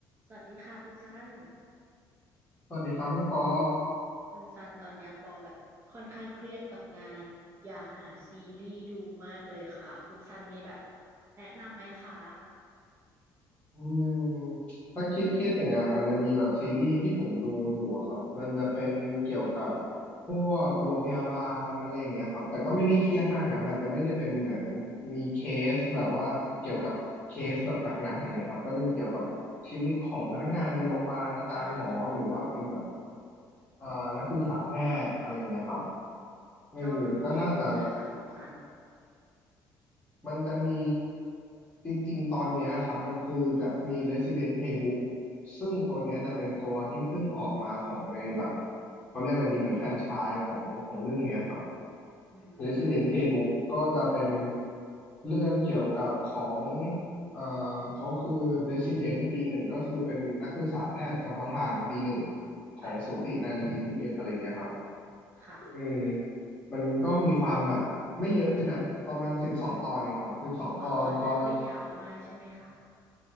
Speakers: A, on the right (about 35°); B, on the left (about 20°).
A: สวัสดีค่ะคุณซัน
B: สวัสดีครับคุณปอ
A: คุณซันตอนเนี้ยปอแบบค่อนข้างเครียดกับงานอยากหาซีรีส์ดูมากเลยค่ะคุณซันมีแบบแนะนำไหมคะ
B: อืมถ้าเครียดเครียดกับงานมันจะมีแบบซีรีส์ที่ผมดูอยู่อะครับมันจะเป็นเกี่ยวกับพวกโรงพยาบาลอะไรอย่างเงี้ยครับแต่ก็ไม่ได้เครียดมากนะมันจะไม่ได้เป็นเหมือนมีเคสแบบว่าเกี่ยวกับเคสแบบหนักๆอย่างเงี้ยครับก็จะมีเกี่ยวกับชีวิตของพนักงานในโรงพยาบาลอาจารย์หมอหรือว่าเป็นแบบ
A: อืมค่ะค่ะอ๋อ
B: เอ่อนักศึกษาแพทย์อะไรอย่างเงี้ยครับเออก็น่าจะ
A: ชอบดูชอบดูเลยค่ะคุณซัน
B: มันจะมีจริงๆตอนเนี้ยครับมันคือจะมี Resident Playbook ซึ่งตัวเนี้ยจะเป็นตัวที่เพิ่งออกมาของในแบบเขาเรียกอะไรดีเหมือนแฟรนไชส์ของของเรื่องเนี้ยครับ
A: อื
B: Resident
A: ม
B: Playbook ก็จะเป็นเรื่องเกี่ยวกับของเอ่อเขาคือ Resident ปีหนึ่งก็คือเป็นนักศึกษาแพทย์เฉพาะทางปีหนึ่งของสูตินารีเวชอะไรเงี้ยครับ
A: ค่ะค่ะ
B: เออมันก็มีความแบบไม่เยอะด้วยนะประมาณสิบสองตอนเองครับสิบสองตอนตอนละ
A: อ๋อเรื่องไม่ยาวมากใช่ไหมคะ